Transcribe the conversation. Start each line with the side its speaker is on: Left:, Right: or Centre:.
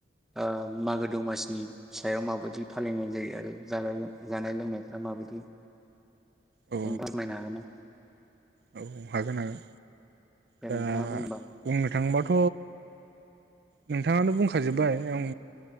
Centre: ओ मागो दमसिनि सायाव माबायदि फालिनाय जायो आरो जानाय
Right: औ
Centre: जानाय लोंनायफ्रा माबायदि
Right: औ
Centre: नों फोरमायनो हागोन ना?
Right: औ हागोन हागोन।
Centre: दे
Right: दा
Centre: नोंथाङा बुंबा
Right: बुंनो थाङोबाथ नोंथाङानो बुंखाजोबबाय आं